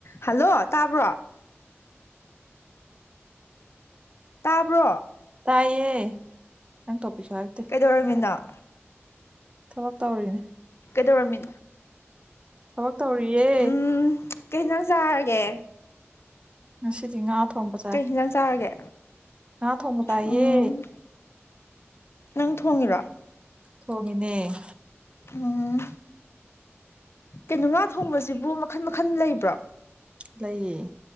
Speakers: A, on the left; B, on the right.
A: hello ꯇꯥꯕ꯭ꯔꯣ ꯇꯥꯕ꯭ꯔꯣ
B: ꯇꯥꯏꯌꯦ ꯅꯪ ꯇꯣꯄꯤꯛꯁꯨ ꯍꯥꯏꯔꯛꯇꯦ
A: ꯀꯩꯗꯧꯔꯝꯃꯤꯅꯣ
B: ꯊꯕꯛ ꯇꯧꯔꯤꯅꯦ
A: ꯀꯩꯗꯧꯔꯝꯃꯤꯅꯣ
B: ꯊꯕꯛ ꯇꯧꯔꯤꯌꯦ
A: ꯎꯝ ꯀꯩ ꯌꯦꯟꯖꯥꯡ ꯆꯥꯔꯒꯦ
B: ꯉꯁꯤꯗꯤ ꯉꯥ ꯊꯣꯡꯕ ꯆꯥꯏ
A: ꯀꯩ ꯍꯤꯟꯖꯥꯡ ꯆꯥꯔꯒꯦ
B: ꯉꯥ ꯊꯣꯡꯕ ꯆꯥꯏꯌꯦ
A: ꯎꯝ ꯅꯪ ꯊꯣꯡꯉꯤꯔꯣ
B: ꯊꯣꯡꯏꯅꯦ
A: ꯎꯝ ꯀꯩꯅꯣ ꯉꯥ ꯊꯣꯡꯕꯁꯤꯕꯨ ꯃꯈꯟ ꯃꯈꯟ ꯂꯩꯕ꯭ꯔꯣ
B: ꯂꯩꯌꯦ